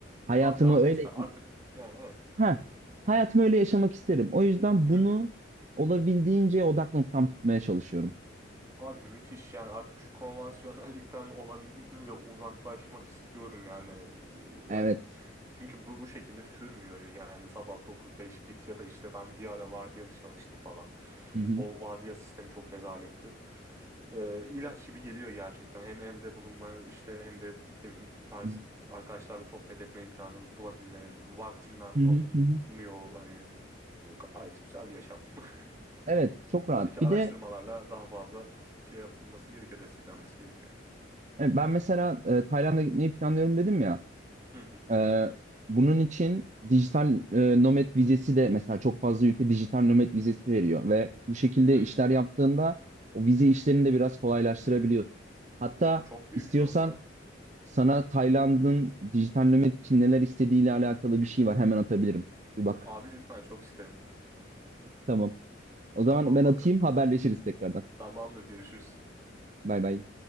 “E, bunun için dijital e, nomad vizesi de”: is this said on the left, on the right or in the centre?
Right